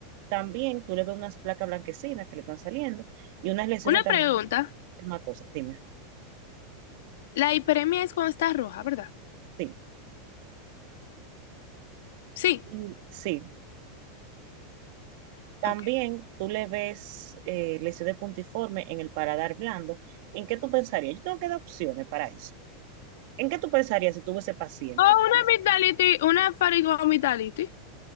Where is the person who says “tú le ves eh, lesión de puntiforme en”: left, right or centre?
Right